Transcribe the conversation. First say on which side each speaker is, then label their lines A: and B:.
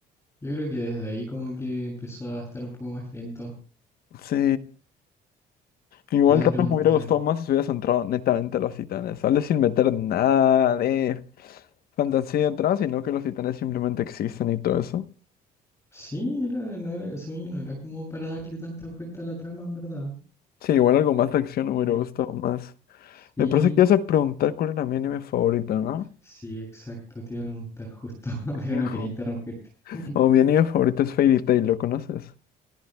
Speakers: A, on the left; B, on the left.
A: Yo creo que desde ahí como que empezó a estar un poco más lento.
B: Sí, igual
A: Te iba a
B: tal
A: preguntar.
B: vez me hubiera gustado más si hubieras entrado netamente a los titanes. Sale sin meter nada de fantasía atrás, sino que los titanes simplemente existen y todo eso.
A: Sí, era, no era, según yo no era como para darle tantas vueltas a la trama, en verdad.
B: Sí, igual algo más de acción me hubiera
A: porque
B: gustado más.
A: Sí,
B: Me parece que ibas a preguntar cuál era mi anime favorito, ¿no?
A: Sí, exacto, te iba a preguntar justo, <laughs> pero
B: Viejo.
A: no quería interrumpirte. <clears throat>
B: O mi anime favorito es Fairy Tail, ¿lo conoces?